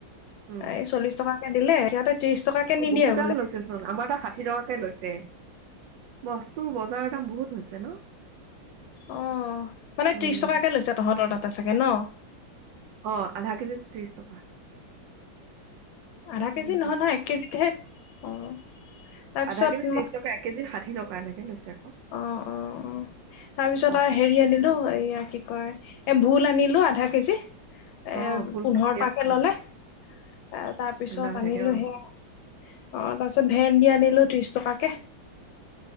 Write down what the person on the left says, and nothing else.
এই চল্লিশ টকাকে দিলে সিহঁতে ত্ৰিশ- টকাকে
নিদিয়ে
বোলে
অ মানে
ত্ৰিশ টকাকে লৈছে তহঁতৰ তাতে চাগে ন
আধা কেজি
নহয় নহয় এক কেজিতহে অ তাৰপিছত
মই
অ অ অ তাৰপিছত
আৰু হেৰি আনিলো এয়া কি কয় এ ভোল আনিলো আধা কেজি এ
পোন্ধৰ
টকাকে
ললে এ তাৰ পিছত
আনিলো
হেআ অ তাৰ পিছত ভেন্দি আনিলো ত্ৰিশ টকাকে